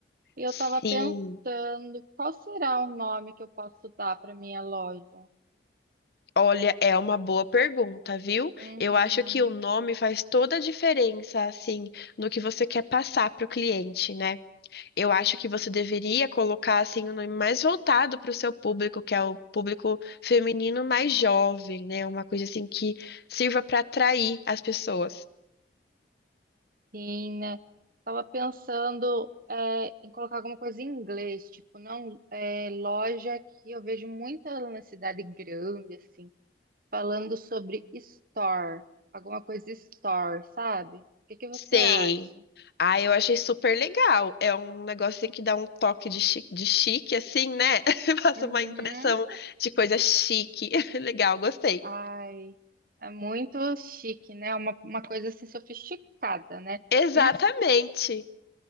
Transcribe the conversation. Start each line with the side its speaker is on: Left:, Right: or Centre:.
Right: E eu
Left: Sim.
Right: estava pensando, qual será o nome que eu posso dar para minha loja?
Left: Olha, é uma boa pergunta, viu?
Right: Uhum.
Left: Eu acho que o nome faz toda a diferença, assim, no que você quer passar para o cliente, né? Eu acho que você deveria colocar, assim, um nome mais voltado para o seu público, que é o público feminino mais jovem, né? Uma coisa, assim, que sirva para atrair as pessoas.
Right: Sim, né? Tava pensando é, em colocar alguma coisa em inglês, tipo, não, é, loja que eu vejo muita na cidade grande, assim, falando sobre store, alguma coisa store, sabe? O que que você
Left: Sei.
Right: acha?
Left: Ah, eu achei super legal. É um negócio assim, que dá um toque de chi- de chique, assim, né? <laughs> Passa
Right: Uhum.
Left: uma impressão de coisa chique. <laughs> Legal, gostei.
Right: Ai, é muito chique, né? É Uma, uma coisa assim sofisticada, né?
Left: Exatamente.
Right: Isso,